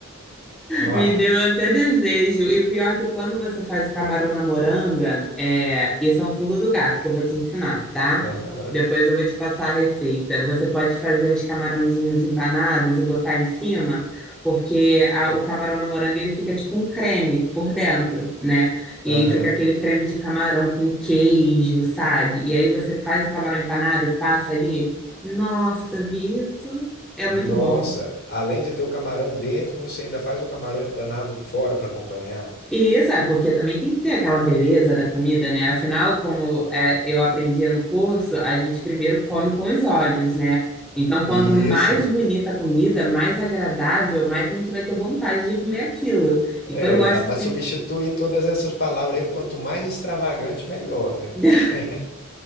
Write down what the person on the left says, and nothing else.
Camarão.
Aham,
aham.
Nossa,
além de ter o camarão dentro, você ainda faz o camarão empanado fora para acompanhar?
Isso.
É,
dá para
substituir todas essas palavras aí, por quanto mais extravagante, melhor, né?
Porque